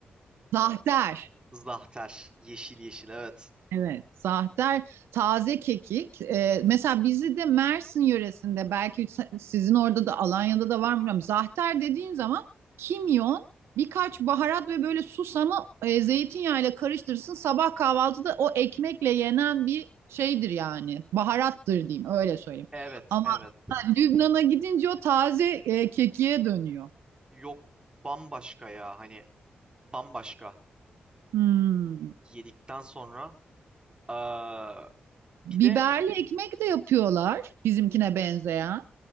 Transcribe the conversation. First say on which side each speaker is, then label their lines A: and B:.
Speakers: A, on the right; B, on the right.
A: Zahter.
B: zahter yeşil yeşil evet.
A: Evet, zahter, taze kekik. Ee, mesela bizi de Mersin yöresinde belki se- sizin orada da Alanya'da da var mı bilmiyorum. Zahter dediğin zaman kimyon, birkaç baharat ve böyle susamı e, zeytinyağıyla karıştırırsın. Sabah kahvaltıda o ekmekle yenen bir şeydir yani. Baharattır diyeyim öyle söyleyeyim.
B: Evet
A: Ama
B: evet
A: ha, Lübnan'a gidince o taze e, kekiğe dönüyor.
B: yok bambaşka ya hani bambaşka
A: Hmm.
B: yedikten sonra. E,
A: Biberli
B: bir de
A: ekmek de yapıyorlar bizimkine benzeyen.